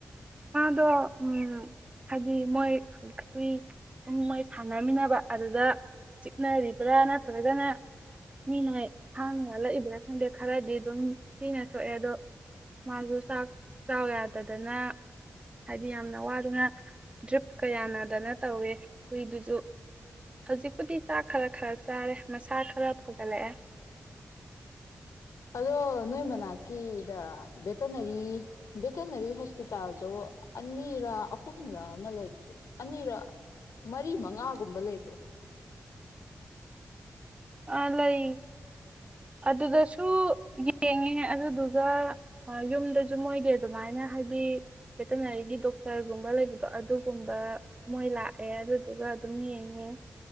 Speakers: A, on the right (about 25°); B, on the left (about 85°).
A: ꯗ ꯎꯝ ꯍꯥꯏꯖꯤꯗꯤ ꯃꯣꯏ ꯍꯧꯖꯤꯛꯇꯤ ꯁꯨꯝ ꯃꯣꯏ ꯁꯥꯟꯅꯃꯤꯟꯅꯕ ꯑꯗꯨꯗ ꯅꯔꯤꯕ꯭ꯔꯥ ꯅꯠꯇꯗꯅ ꯃꯤꯅ ꯍꯥꯡꯂ ꯑꯗꯨ꯭ꯔꯦ ꯈꯪꯗꯦ ꯈꯔꯗꯤ ꯑꯗꯨꯝ ꯍꯅ ꯊꯣꯛꯑꯦ ꯑꯗꯣ ꯃꯥꯡꯁꯨ ꯆꯥꯛ ꯆꯥꯎ ꯌꯥꯗ ꯇꯗꯅ ꯍꯥꯏꯗꯤ ꯌꯥꯝꯅ ꯋꯥꯗꯨꯅ ꯗ꯭ꯔꯤꯞ ꯀꯌꯥꯅꯗꯅ ꯇꯧꯋꯦ ꯍꯨꯏꯗꯨꯁꯨ ꯍꯧꯖꯤꯛꯄꯨꯗꯤ ꯆꯥꯛ ꯈꯔ ꯈꯔ ꯆꯥꯔꯦ ꯃꯁꯥ ꯈꯔ ꯐꯒꯅꯦ
B: ꯑꯗꯣ ꯅꯣꯏ ꯃꯅꯥꯛꯀꯤꯗ ꯚꯦꯇꯅꯔꯤ ꯚꯦꯇꯅꯔꯤ ꯍꯣꯁꯄꯤꯇꯥꯜꯗꯣ ꯑꯅꯤꯔ ꯑꯍꯨꯝꯂꯛ ꯑꯃ ꯂꯩꯕꯗꯣ ꯑꯅꯤꯔ ꯃꯔꯤ ꯃꯉꯥꯒꯨꯝꯕ ꯂꯩꯕ꯭ꯔꯣ
A: ꯑ ꯂꯩ ꯑꯗꯨꯗꯁꯨ ꯌꯦꯡꯉꯦ ꯑꯗꯨꯗꯨꯒ ꯌꯨꯝꯗꯁꯨ ꯃꯣꯏꯗꯤ ꯑꯗꯨꯃꯥꯏꯅ ꯍꯥꯏꯗꯤ ꯚꯦꯇꯤꯅꯔꯤꯒꯤ ꯗꯣꯛꯇꯔꯒꯨꯝꯕ ꯂꯩꯕꯗꯣ ꯑꯗꯨꯒꯨꯝꯕ ꯃꯣꯏ ꯂꯥꯛꯑꯦ ꯑꯗꯨꯗꯨꯒ ꯑꯗꯨꯝ ꯌꯦꯡꯉꯦ